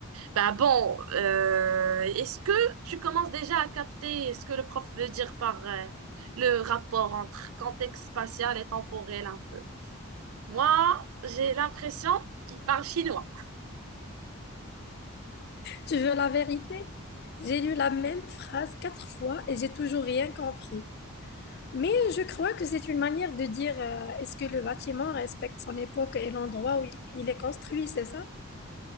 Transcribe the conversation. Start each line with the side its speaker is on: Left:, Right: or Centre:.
Right: Bah bon, euh, est-ce que tu commences déjà à capter ce que le prof veut dire par euh, le rapport entre contexte spatial et temporel un peu? Moi, j'ai l'impression qu'il parle chinois.
Left: Tu veux la vérité? J'ai lu la même phrase quatre fois et j'ai toujours rien compris. Mais je crois que c'est une manière de dire, euh, est-ce que le bâtiment respecte son époque et l'endroit où il, il est construit, c'est ça?